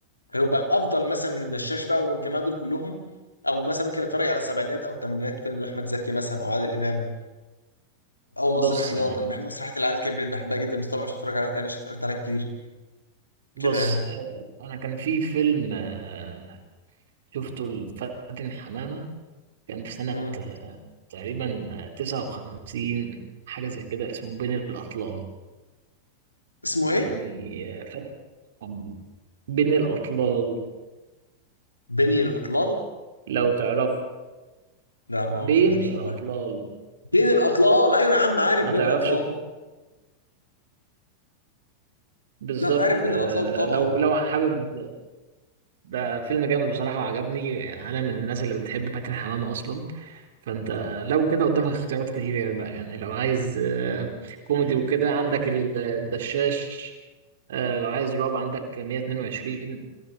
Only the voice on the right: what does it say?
بص آه،
بص
آه، أنا كان في فيلم آه، شفته لفاتن حمامة كان في سنة
آه، تقريبا آه، 59 حاجة زي كده اسمه بين الأطلال
يعني آه، فاتن حمامة. بين الأطلال
لو تعرف
بين
الأطلال
ما
تعرفش
بالظبط
آه،
لو لو حابب ده فيلم جامد بصراحة وعجبني أنا من الناس اللي بتحب فاتن حمامة أصلا فأنت لو كده قدامك اختيارات كتير يعني بقى يعني لو عايز آه، كوميدي وكده عندك ال- الدشاش آه، لو عايز رعب عندك 122